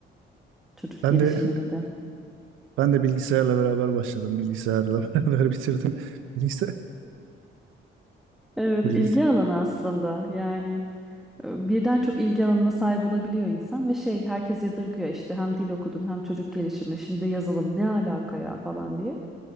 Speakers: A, in the centre; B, on the right (about 80°).
A: çocuk
B: Ben
A: gelişimini
B: de
A: de.
B: <laughs> ben de bilgisayarla beraber başladım. Bilgisayarla <laughs> beraber bitirdim. Bilgisayar,
A: Evet
B: bilgis
A: ilgi alanı aslında yani. e, birden çok ilgi alanına sahip olabiliyor insan ve şey herkes yadırgıyor işte hem dil okudun hem çocuk gelişimi şimdi yazılım ne alaka ya falan diye.